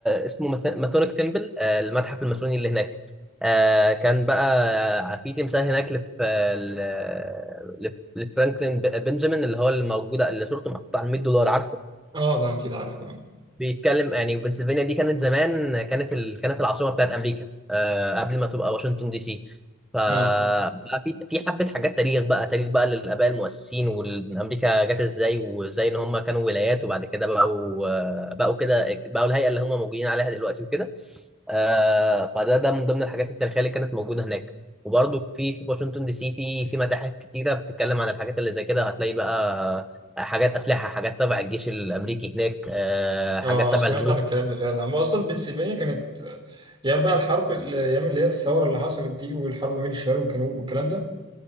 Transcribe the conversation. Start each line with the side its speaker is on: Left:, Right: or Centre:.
Centre: اسمه ماث- ماثونيك تمبل آه، المتحف الماسوني اللي هناك آه، كان بقى في تمثال هناك لف آه، ل- لف- لفرانكلين ب- بنجامين اللي هو اللي موجوده اللي صورته محطوطه على 100 دولار عارفه
Right: اه ده اكيد عارفه
Centre: بيتكلم يعني وبنسلفانيا دي كانت زمان كانت ال... كانت العاصمه بتاعت امريكا آه قبل ما تبقى واشنطن دي سي فبقى
Right: اه
Centre: في في حبه حاجات تاريخ بقى تاريخ بقى للاباء المؤسسين وامريكا جت ازاي وازاي ان هم كانوا ولايات وبعد كده بقوا آه، بقوا كده بقوا الهيئه اللي هم موجودين عليها دلوقتي وكده آه فده ده من ضمن الحاجات التاريخيه اللي كانت موجوده هناك وبرضه في في واشنطن دي سي في في متاحف كتيره بتتكلم عن الحاجات اللي زي كده هتلاقي بقى حاجات اسلحه حاجات تبع الجيش الامريكي هناك آه، حاجات
Right: اه
Centre: تبع
Right: سمعت
Centre: الهنود
Right: عن الكلام ده فعلا هو اصلا بنسلفانيا كانت آه، ايام بقى الحرب الايام اللي هي الثوره اللي حصلت دي والحرب بين الشمال والجنوب والكلام ده